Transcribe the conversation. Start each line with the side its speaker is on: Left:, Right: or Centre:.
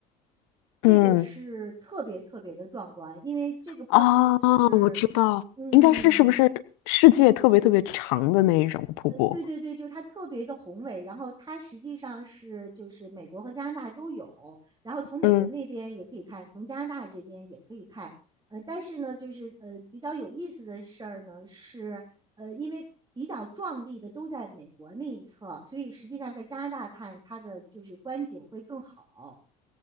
Right: 这个是特别特别的壮观，
Left: 嗯。
Right: 因为这个瀑布是，
Left: 啊，我知道，
Right: 嗯，
Left: 应该是是不是世界特别特别长的那一种瀑布？
Right: 呃，对对对，就是它特别的宏伟，然后它实际上是就是美国和加拿大都有，然后从美国那边也可以看，
Left: 嗯，
Right: 从加拿大这边也可以看，呃，但是呢，就是呃比较有意思的事儿呢是，呃，因为比较壮丽的都在美国那一侧，所以实际上在加拿大看它的就是观景会更好。